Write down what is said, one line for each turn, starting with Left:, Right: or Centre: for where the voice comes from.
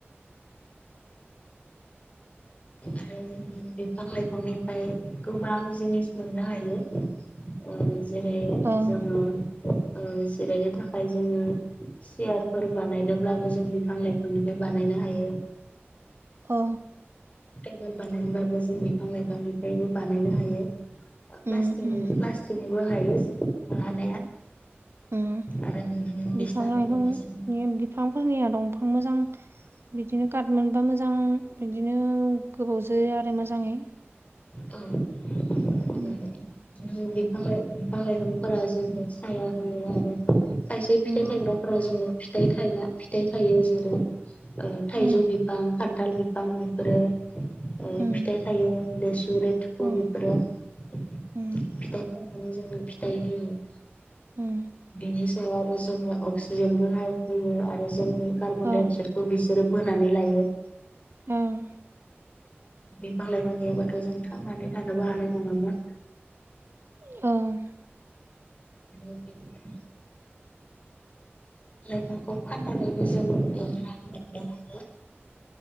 Left: आरो बिफां लाइफांनिफ्राय गोबां जिनिस मोननो हायो। ओ-जेरै
Right: ओं
Left: जोंङो ओ-जिरायनो थाखाय जोंङो सियारफोर बानायनोब्लाबो जों बिफां लाइफांनिफाय बानायनो हायो।
Right: अ।
Left: टेबोल बानायनोबाबो जों बिफां लाइफांनिफ्रायबो बानायनो हायो। प्लास्टक
Right: उम उम
Left: प्लास्टिकनिबो हायो हानाया।
Right: उम
Left: आरो बिदिनो बिसनाफोरखौबो
Right: बिफां लाइफांनि
Left: जों
Right: बि फांफोरनिया दंफां मोजां बिदिनो खाथ मोनबा मोजां बिदिनो गोबावजो आरो मोजाङै।
Left: औ उम
Right: उम
Left: फां बिफां लाइफांफोरा जोङो साया होयो आरो खायसे
Right: उम
Left: फिथाइ थायग्राफोरा जोङो। फिथाइ थायना फिथाइ थायो जेरै थाइजौ
Right: उम
Left: बिफां खान्थाल बिफां बेफोरो। ओ
Right: उम
Left: फिथाइ थायो लेसु लेथुखु
Right: उम
Left: बेफोरो फिथ
Right: उम
Left: फंनानै जोंनो फिथाइ होयो।
Right: उम
Left: बेनि सायाव आरो जोङो अक्सिजेनबो हाय होयो आरो जोंनि कार्बन
Right: ओं
Left: डाइ अक्साइद। बो बिसोरो बोनानै लायो।
Right: ओं
Left: बिफां लाइफां गायाबाथ जों थांनानै थानोबो हानाय नङामोन।
Right: ओं
Left: बियो बिदिनो मैगंखौ फाननानैबो जोंनि रां मोननो हायो।